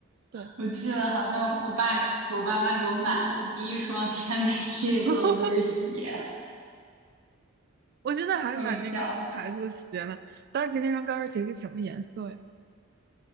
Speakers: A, on the right; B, on the right.
A: 对，
B: 我记得好像我爸我爸妈给我买了第一双天美意的高跟鞋，
A: <laughs> 我真的还买那个牌子的鞋呢。
B: 给我笑死
A: 当时那双高跟鞋是什么颜色呀？